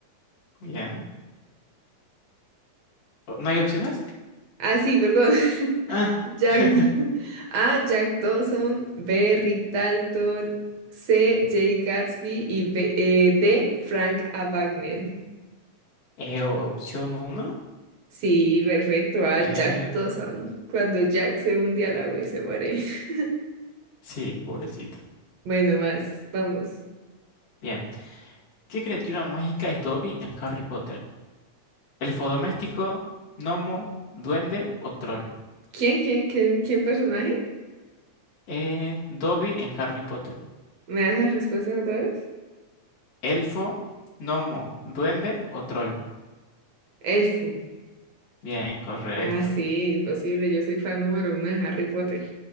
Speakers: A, on the left; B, on the right.
A: bien. ¿O- ¿No hay opciones?
B: Ah, sí, perdón. <laughs>
A: Ah.
B: Jack,
A: <laughs>
B: <laughs> A. Jack Dawson, B. Rick Dalton, C. Jay Gatsby y B- eh, D. Frank A. Bagnell.
A: Eh, opción uno
B: Sí, perfecto. A.
A: Bien.
B: Jack Dawson. Cuando Jack se hunde al agua y se muere. <laughs>
A: Sí, pobrecito.
B: Bueno, más, vamos.
A: Bien. ¿Qué criatura mágica es Dobby en Harry Potter? ¿Elfo doméstico, gnomo, duende o troll?
B: ¿Quién, quién, quién, quién personaje?
A: Eh, Dobby en Harry Potter.
B: ¿Me das las respuestas otra vez?
A: ¿Elfo, gnomo, duende o troll?
B: Elfo.
A: Bien, correcto.
B: Ah, sí, imposible. Yo soy fan número uno de Harry Potter.